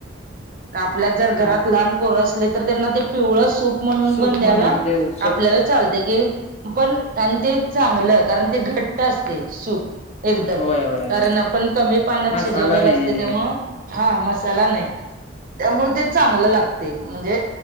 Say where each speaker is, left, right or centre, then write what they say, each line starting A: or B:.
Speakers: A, on the right (about 45°); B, on the left (about 35°).
A: आपल्या जर घरात
B: हम्
A: लहान पोर अस तर त्यांना ते पिवळ म्हणून
B: सूप
A: पण द्याला
B: म्हणून देऊ शकतो
A: आपल्याला चालते
B: आपण
A: की पण आणि ते चांगलं कारण ते घट्ट असते सूप. एकदम
B: होय होय
A: कारण
B: होय
A: आपण कमी पानात
B: मसाला
A: शिजवलेलं
B: नाही
A: असते
B: आणि
A: त्यामुळ हा मसाला नाही त्यामुळे ते चांगलं लागते म्हणजे